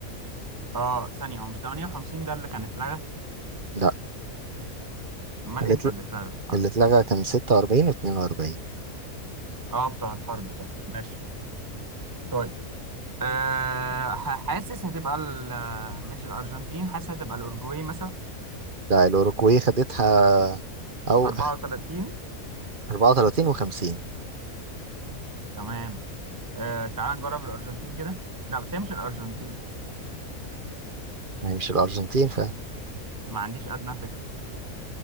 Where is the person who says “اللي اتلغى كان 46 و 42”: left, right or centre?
Right